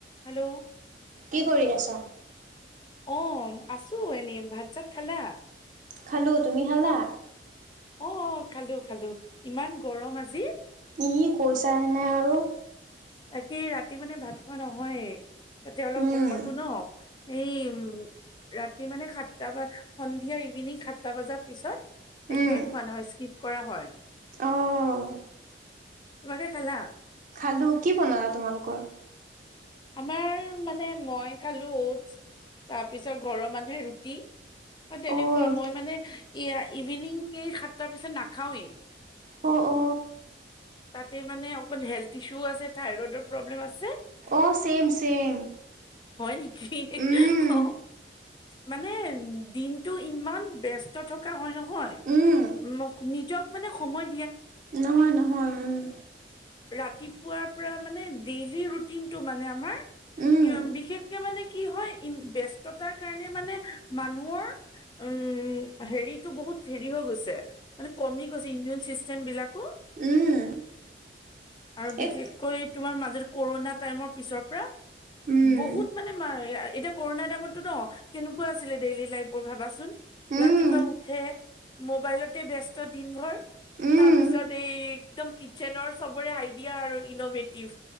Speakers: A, on the left; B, on the right.
A: Hello
B: কি কৰি আছা?
A: অ', আছো এনে ভাত চাত খালা?
B: খালোঁ তুমি খালা?
A: অ', অ', খালো খালো ইমান গৰম আজি।
B: কি কৈছাহেনে আৰু
A: এটি ৰাতি মানে ভাত খোৱা নহয়ে। তাতে অলপ
B: উম
A: সকতোঁ ন এই উম। ৰাতি মানে সাতটা বা সন্ধিয়া ইভিনিং সাতটা বাজা পিছত একোৱয়ে
B: উম
A: খোৱা নহয় স্কিপ কৰা হয়।
B: অঁ
A: তোমাকে খালা?
B: খালো, কি বনালা তোমালোকৰ?
A: আমাৰ মানে মই খালো অটছ তাৰপিছত ঘৰৰ মানুহে ৰুটি। হয় তেনেকুৱা
B: অঁ ৰুটি
A: মই মানে এয়া ইভিনিং এই সাতটাৰ পিছত নাখাওৱেই।
B: অ অ
A: তাতে মানে অকন হেল্থ ইছু আছে থাইৰইডৰ প্ৰব্লেম আছে।
B: অঁ ছেম ছেম
A: হয় নিকি
B: উম
A: অ মানে দিনটো ইমান ব্যস্ত থকা হয় নহয়
B: উম
A: মোক নিজক মানে সময়
B: নহয় নহয় উম।
A: ৰাতিপুৱাৰ পৰা মানে ডেইলি ৰুটিন টো মানে আমাৰ <unintelligible>
B: উম
A: বিশেষকে মানে কি হয় ই ব্যস্ততাৰ কাৰণে মানে মানুহৰ উম হেৰিত টো বহুত হেৰি হৈ গৈছে মানে কমি গৈছে ইমিউন চিষ্টেম বিলাকো
B: উম,
A: আৰু বিশেষকৈ
B: এক
A: তোমাৰ মাজত কৰোনা টাইমৰ পিছৰ পৰা
B: উম
A: বহুত মানে মা <unintelligible> এতিয়া কৰোণাৰ টাইমততো ন কেনেকুৱা আছিলে ডেইলি লাইফৰ ভাবাচোন
B: উম
A: ৰাতিপুৱা উঠে মোবাইলতে ব্যস্ত দিনভৰ
B: উম
A: তাৰপিছত এই একদম কিটচেনৰ চবৰে আইডিয়া আৰু ইনভেটিভ